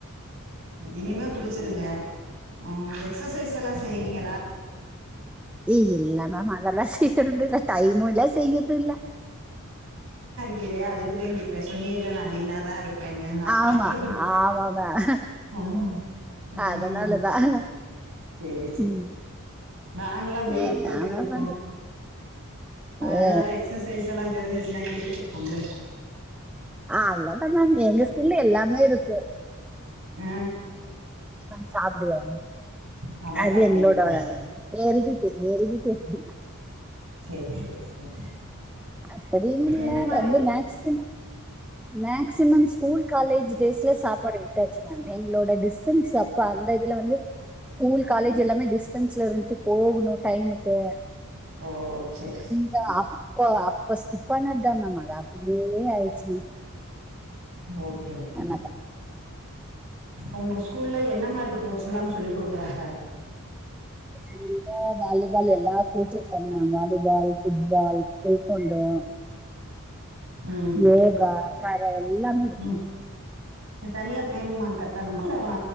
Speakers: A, on the right; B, in the centre.
A: இனிமே குடிச்சிருங்க ஆ எக்சசைஸெல்லாசெய்வீங்களா
B: இ இல்ல மேம் அதெல்லா செ <unintelligible> தே இல்ல டைமு இல்ல செய்யதில்ல
A: கிலே அதுக்குதே கேக்குறே சொன்னிகல்ல நா லீனா தா இரு இப்ப என்ன நா
B: ஆமா
A: பாத்ததில்ல
B: ஆமா மேம்
A: ம் ம்
B: அதனாலதான்
A: <unintelligible> செரி செ
B: ம்.
A: நாங்கெல்லா வெயிட்
B: என்ன
A: போட்டிருக்கிறோ
B: மேம் பண்றது
A: அதனால
B: ஓ
A: எக்சசைஸெல்லா தெரிஞ்சுச்சுன்னா கேட்டுக்கலாம்ல
B: ஆ அவ்ளோதா மேம் எங்க ஸ்கூல்ல எல்லாமே இருக்கு
A: ஆ
B: உக்காந் சாப்பிடுவோ
A: நல்லா
B: அது
A: சாப்பிடுவீங்களா
B: எங்களோட எரிடிட்டி எரிடிட்டி அப்டி
A: சரி சரி சரி
B: அப்படீன் இல்ல
A: என்ன மாதிரி
B: ரொம்ப மேக்சிம் மேக்சிமம் ஸ்கூல் காலேஜ் டேஸ்ல சாப்பாடு விட்டாச்சு எங்களோட டிச்டன்ஸ் அப்ப அந்த இதுல வந்து ஸ்கூல் காலேஜு எல்லாமே டிஸ் ஸன்ல இருந்துச்சு போகுனு டைமுக்கு
A: ஓ செரி
B: ப்போ அப்போ அப்போ ஸ்கிப் பண்ணத்தா மாம் அது அப்படியே ஆயிடுச்சுங்
A: ஒகே ஒகே
B: மேம்
A: உங்க ஸ்கூல்ல என்ன மாதிரி போட்ஸெல்லாங் சொல்லி குடுக்கறாக
B: இங்க வாலிபால் எல்லா கோச்சு இருக்கங் மேம் வாலிபால் ஃபுட்பால் கல்க்குண்டோ
A: ம்
B: யோகா கேரம் எல்லாமே இருக்கு
A: ம் தனியா பெமென்‌கட்டணுமா இல்ல அ